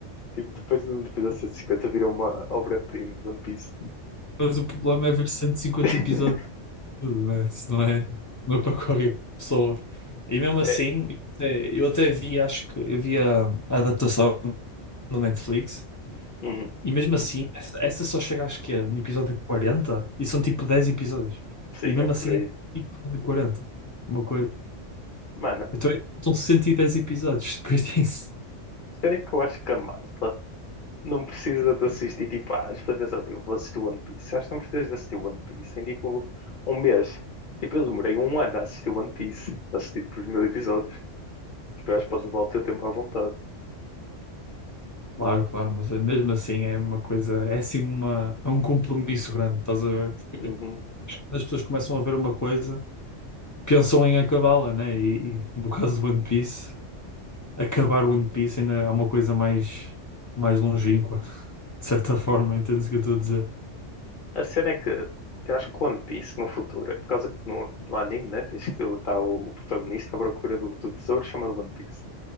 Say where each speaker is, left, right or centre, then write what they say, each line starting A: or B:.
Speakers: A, on the left; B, on the left.
A: Tipo, depois do episódio 150 virou uma obra-prima, One Piece.
B: Mas o problema é ver cento e cinquenta
A: <laughs>
B: episódios. né? Isso não é, não é para qualquer pessoa. E mesmo assim,
A: É,
B: é, eu até vi, acho que eu vi a, a adaptação no Netflix,
A: Uhum,
B: e mesmo assim, essa, essa só chega acho que é no episódio 40 e são tipo 10 episódios.
A: Sim,
B: E mesmo
A: é por
B: assim,
A: aí.
B: é tipo episódio 40 uma coisa.
A: Mano, a
B: Então, são 110 episódios <laughs> depois disso.
A: cena é que eu acho que a malta não precisa de assistir, tipo, ah, as pessoas pensam, tipo, vou assistir One Piece. Acho que não precisas de assistir One Piece em, tipo, um mês. Tipo, eu demorei um ano a assistir One Piece, a assistir, tipo, os mil episódios. Tipo, eu acho que podes levar o teu tempo à vontade.
B: Claro, claro, mas é- mesmo assim é uma coisa, é assim uma, é um compromisso grande, estás a ver? Porque
A: Uhum.
B: quando as pessoas começam a ver uma coisa. pensam em acabá-la, né? E, e no caso do One Piece, acabar o One Piece ainda é uma coisa mais, mais longínqua, <laughs> de certa forma, entendes o que eu estou a dizer?
A: A cena é que eu acho que o One Piece, no futuro, é por causa que no, no anime, né, tens que estar o, o protagonista à procura do, do tesouro chamado One Piece.